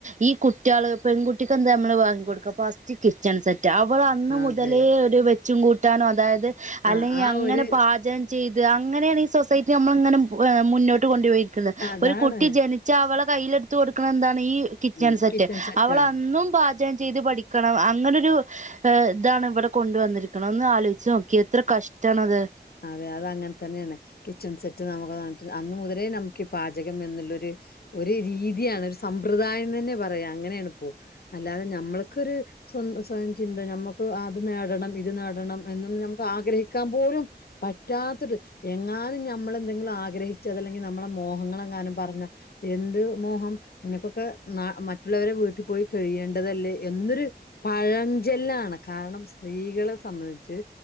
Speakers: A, on the right; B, on the left.
A: ഈ കുട്ട്യാള് പെൺകുട്ടിക്കെന്താ അമ്മള് വാങ്ങി കൊട്ക്ക ഫസ്റ്റ് കി ച്ചൺ സെറ്റ് അവളന്ന്
B: അതെ
A: മുതലേ ഒരു വെച്ചും കൂട്ടാനും അതായത് അല്ലെങ്കി
B: ആ ആ
A: അങ്ങനെ
B: ഒരു
A: പാചകം ചെയ്ത് അങ്ങനെണ് ഈ സൊസൈറ്റി നമ്മള്ങ്ങനെ എഹ് മുന്നോട്ട് കൊണ്ട്പോയി ക്ക്ണ്.
B: അതാണ്
A: ഒരു കുട്ടി ജനിച്ചാ അവളെ കയ്യിലെട്ത്ത് കൊട്ക്ക്ണെ എന്താണ്‌ ഈ കിച്ചൺ
B: ഉം
A: സെറ്റ്.
B: സെറ്റാണ്
A: അവളന്നും പാചകം ചെയ്ത് പഠിക്ക്ണ് അ അങ്ങനൊരു എഹ് താണ് ഇവടെ കൊണ്ട് വന്നിരിക്ക്ണെ ഒന്നാലോയ്ച്ചോക്ക്യേ എത്ര കഷ്ടാണത്.
B: ഉവ്വ അതങ്ങൻ തെന്നെണ്. കിച്ചൺ സെറ്റ് അമ്മള് വാങ്ങിക്കും അന്ന് മുതലേ നമക്കീ പാചകം എന്ന്ള്ളൊരു. ഒരു രീത്യാണ്. ഒരു സമ്പ്രദായം തെന്നെ പറയാ. അങ്ങനെണ്പ്പത് അല്ലാതെ നമ്മൾക്കൊരു സ്വന്ത സ്വയം ചിന്ത നമ്മക്ക് അത് നേടണം ഇത് നേട ടണം എന്നൊന്ന് നമക്കാഗ്രഹിക്കാൻ പോലും പറ്റാത്തൊരു എങ്ങാനും ഞമ്മളെന്തെങ്കിലും ആഗ്രഹിച്ചൽ അതല്ലെങ്കി നമ്മളെ മോഹങ്ങളെങ്ങാനും പർഞ്ഞാ. എന്ത് മോഹം. നിനക്കൊക്കെ ന മറ്റുള്ളവരെ വീട്ടി പോയി കഴിയേണ്ടതല്ലേ എന്നൊരു പഴഞ്ചൊല്ലാണ് കാരണം സ്ത്രീകളെ സംബന്ധിച്ച്